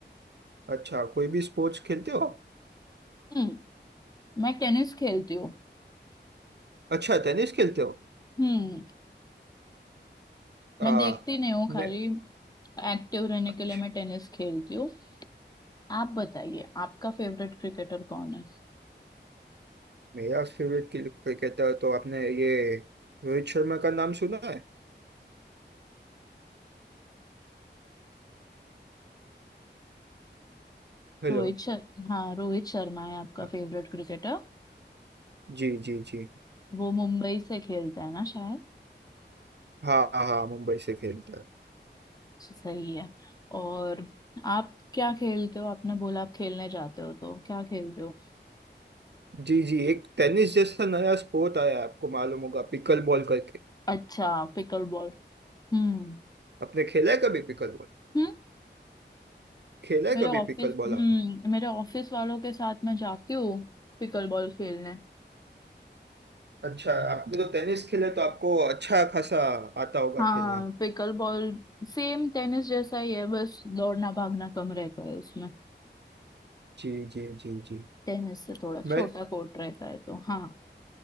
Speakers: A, on the right (about 65°); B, on the left (about 20°).
A: अच्छा कोई भी स्पोर्ट्स खेलते हो आप
B: हम्म मैं टेनिस खेलती हूँ
A: अच्छा टेनिस खेलते हो
B: हम्म
A: आ,
B: मैं देखती नहीं हूँ
A: मैं
B: खाली एक्टिव रहने
A: अच्छा
B: के लिए मैं टेनिस खेलती हूँ आप बताइए आपका फेवरेट क्रिकेटर कौन है
A: मेरा फेवरेट क्रिकेटर तो आपने ये रोहित शर्मा का नाम सुना है हेलो
B: रोहित शर्मा हाँ रोहित शर्मा है आपका
A: हाँ,
B: फेवरेट क्रिकेटर
A: जी जी जी
B: वो मुंबई से खेलता है ना शायद
A: हाँ हाँ हाँ, मुंबई से खेलता है
B: सही है और आप क्या खेलते हो आपने बोला आप खेलने जाते हो तो क्या खेलते हो
A: जी जी एक टेनिस जैसा नया स्पोर्ट आया है, आपको मालूम होगा पिकल बॉल करके
B: अच्छा पिकल बॉल हम्म
A: आपने खेला है कभी पिकल बॉल
B: हम्म
A: खेला है
B: मेरे
A: कभी
B: ऑफिस
A: पिकल बॉल
B: हम्म मेरे ऑफिस वालों के साथ मैं जाती हूँ पिकल बॉल खेलने
A: अच्छा आपने तो टेनिस खेले तो आपको अच्छा खासा आता होगा
B: हाँ
A: खेलना
B: पिकल बॉल सेम टेनिस जैसा ही है बस दौड़ना भागना कम रहता है उसमें
A: जी जी जी जी
B: टेनिस से थोड़ा
A: मैं
B: छोटा कोर्ट रहता है तो हाँ